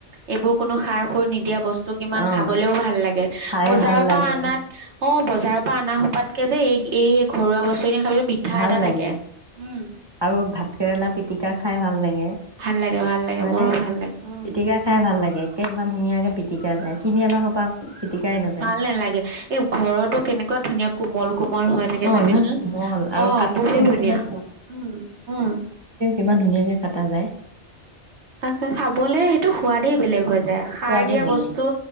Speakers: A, on the right; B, on the right.
A: এইবোৰ কোনো সাৰ সুৰ নিদিয়া বস্তু। কিমান
B: অ'
A: খাবলেও ভাল লাগে
B: খায়ে
A: বজাৰৰ
B: ভাল লাগে
A: পৰা অনাত অ বজাৰৰ পৰা অনা সোপাতকে যে, এই - এই ঘৰুৱা বস্তু খিনি মিঠা
B: ভাল
A: এটা
B: লাগে
A: থাকে উম।
B: আৰু ভাত কেৰেলা পিটিকা খাই ভাল লাগে
A: ভাল লাগে, ভাল লাগে,
B: হয়নে?
A: মোৰো ভাল লাগে উ
B: পিটিকা খাই ভাল লাগে একে ইমান ধুনীয়াকে পিটিকা যায় কিনি অনা সোপা পিটিকাই নাযায়।
A: ভাল নেলাগে, এই ঘৰটো কেনেকুৱা ধুনীয়া কোমল কোমল হৈ থাকে
B: অ
A: চাবিচোন,
B: ইমান কোমল আৰু
A: অ
B: কাটোতেও
A: বহুত ধুনীয়া
B: কিমান
A: উম উম
B: ইমান ধুনীয়াকে কটা যায়।
A: <unintelligible> খাবলে সেইটো সোৱাদেই বেলেগ হয়। যায় সাৰ
B: সোৱাদেই
A: দিয়া
B: বেলেগ
A: বস্তু